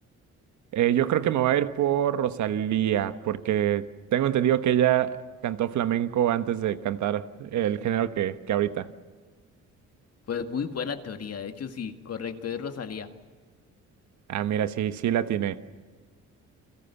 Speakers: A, on the right; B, on the left.
A: Eh, yo creo que me voy a ir por Rosalía, porque tengo entendido que ella cantó flamenco antes de cantar el género que, que ahorita.
B: Pues muy buena teoría, de hecho sí, correcto, es Rosalía.
A: Ah, mira, sí, sí la tiene.